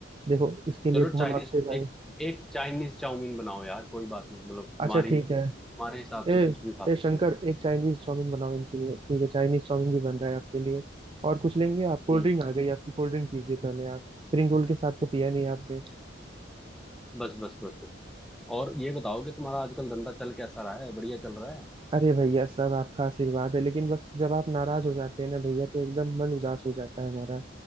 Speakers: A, on the right (about 25°); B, in the centre.
A: देखो इसके लिए
B: चलो
A: तो
B: चाइनीज
A: हम आपसे भाई
B: एक एक चाइनीज चाउमीन बनाओ यार कोई बात नहीं मतलब तुम्हारी
A: अच्छा ठीक
B: तुम्हारे
A: है
B: हिसाब से
A: ए
B: कुछ भी खा सकते
A: ए शंकर
B: हैं
A: एक चाइनीज चाउमीन बनाओ इनके लिए ठीक है चाइनीज चाउमीन भी बन रहा है आपके लिए और कुछ लेंगे आप कोल्ड
B: हम्म
A: ड्रिंक आ गई आपकी कोल्ड ड्रिंक पीजिए पहले आप स्प्रिंग रोल के साथ तो पिया नहीं आपने
B: बस बस बस बस और ये बताओ कि तुम्हारा आजकल धंधा चल कैसा रहा है बढ़िया चल रहा है
A: अरे भैया सब आपका आशीर्वाद है लेकिन बस जब आप नाराज हो जाते हैं ना भैया तो एकदम मन उदास हो जाता है हमारा